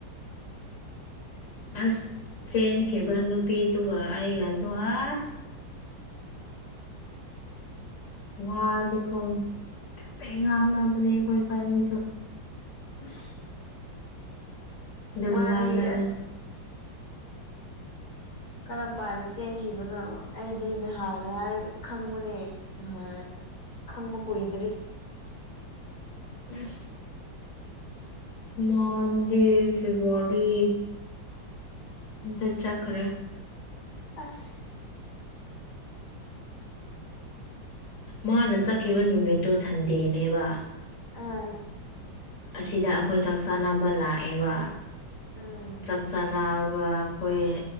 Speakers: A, on the left; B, on the left.
A: ꯑꯁ ꯆꯦꯟꯈꯤꯕ ꯅꯨꯄꯤꯗꯨꯒ ꯑꯩꯒꯁꯨ ꯑꯁ ꯋꯥꯗꯤꯀꯣ ꯍꯥꯏꯐꯦꯠ ꯉꯥꯡꯅꯕꯅꯦ ꯑꯩꯈꯣꯏ ꯏꯕꯥꯅꯤꯁꯨ
B: ꯎꯝ
A: ꯗꯨꯝ
B: ꯃꯥꯗꯤ
A: ꯉꯥꯡꯅꯅꯤ
B: ꯑꯁ ꯀꯔꯝ ꯀꯥꯟꯗ ꯆꯦꯟꯈꯤꯕꯅꯣ ꯑꯩꯗꯤ ꯅꯍꯥꯟꯗ ꯍꯥꯏꯕ ꯈꯪꯕꯅꯦ ꯉꯍꯥꯟ ꯈꯪꯕ ꯀꯨꯏꯗ꯭ꯔꯤ
A: ꯏꯁ ꯃꯥꯟꯗ‌ꯦ ꯐꯦꯕꯋꯥꯔꯤ ꯗ ꯆꯠꯈ꯭ꯔꯦ
B: ꯑꯁ
A: ꯃꯥꯅ ꯆꯠꯈꯤꯕ ꯅꯨꯃꯤꯠꯇꯣ ꯁꯟꯗꯦꯅꯦꯕ
B: ꯑꯥ
A: ꯑꯁꯤꯗ ꯑꯩꯈꯣꯏ ꯆꯥꯛ ꯆꯥꯅꯕ ꯂꯥꯛꯑꯦꯕ
B: ꯎꯝ
A: ꯆꯥꯛ ꯆꯥꯟꯅꯕ ꯑꯩꯈꯣꯏ